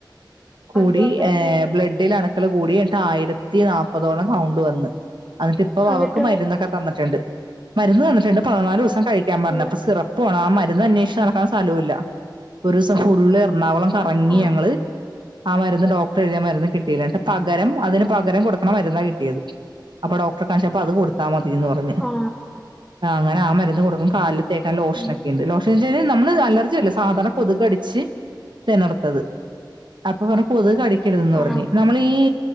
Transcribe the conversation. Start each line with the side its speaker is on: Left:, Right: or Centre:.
Right: കൂടി
Centre: അയ്യോ അപ്പോൾ
Right: ഏ
Centre: എന്ത് ചെയ്യും
Right: ബ്ലഡിലണ്ക്കള് കൂടി ആയിരത്തിനാപ്പതോളം കൗണ്ട് വന്ന് അന്നിട്ടിപ്പൊ
Centre: എന്നിട്ടോ
Right: അവക്ക് മരുന്നൊക്കെ തന്നിട്ട്ണ്ട് മരുന്ന് പതിനാലൂസം കഴിക്കാൻ പറഞ്ഞപ്പോ
Centre: ഓ
Right: സിറപ്പ് പോണ ആ മരുന്ന് അന്വേഷ് നടക്കാൻ സലൂല്ല അ ഒരൂസം ഫുള്ളെറണാകുളം കറങ്ങിയങ്ങള്
Centre: ആ
Right: ആ മരുന്ന് ഡോക്ടറെഴുതിയ മരുന്ന് കിട്ടീല ൻട്ട് പകരം അതിന്പകരം കൊടുക്കണ മരുന്നാ കിട്ടിയത് അപ്പൊ ഡോക്ടറെ കാണിച്ചപ്പോ അത് കൊടു ത്താ മതീന്നറഞ്ഞ്
Centre: ആ ആ
Right: ആഹ് അങ്ങനെ മരുന്ന് കൊടുക്കും കാൽലിത്തേക്കാൻ ലോഷനൊക്കെയിണ്ട്
Centre: ഉം.
Right: ലോഷ <unintelligible> നമ്മള് അലർജിയല്ല സാധാരണ കൊതുകടിച്ച് തിണർത്തത് അപ്പൊ പറഞ്ഞു കൊതുക് കടിക്കരുതെന്നറഞ്ഞ്
Centre: ആ
Right: ഈ